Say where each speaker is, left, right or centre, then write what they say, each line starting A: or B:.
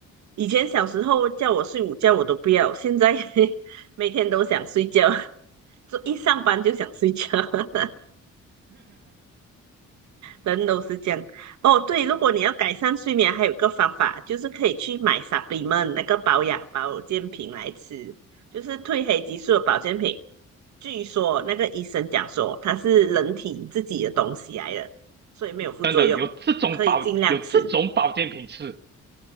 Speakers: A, on the right; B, on the right.
A: 以前小时候叫我睡午觉我都不要，现在 <laughs> 每天都想睡觉，就一上班就想睡觉，<laughs> 人都是这样。哦，对，如果你要改善睡眠，还有一个方法就是可以去买 s u p p 那个保养保健品来吃，就是褪黑激素的保健品。据说那个医生讲说它是人体自己的东西来的，所以没有副作用，
B: 等等，有这种保有这种保健品吃，
A: 可以尽量吃。